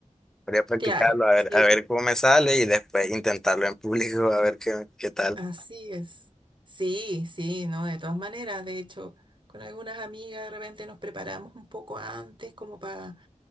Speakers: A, in the centre; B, on the right.
A: podría practicarlo,
B: Claro,
A: a ver,
B: sí,
A: a ver cómo me sale y después intentarlo en público, a ver qué, qué tal.
B: Así es. Sí, sí, no, de todas maneras. De hecho, con algunas amigas de repente nos preparamos un poco antes como para,